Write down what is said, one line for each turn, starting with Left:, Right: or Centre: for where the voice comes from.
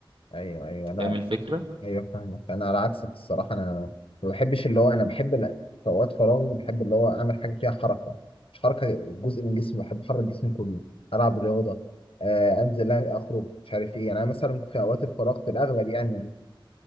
Left: ايوه ايوه
Right: أنت
Left: لا
Right: فاهم الفكرة
Left: ايوه فاهمك انا على عكسك الصراحه انا ما بحبش اللي هو انا بحب لا، في اوقات فراغي بحب اللي هو اعمل حاجه فيها حركه مش حركه جزء من جسمي بحب احرك جسمي كله العب رياضه آه، انزل اخرج مش عارف ايه يعني انا مثلا في اوقات الفراغ في الاغلب يعني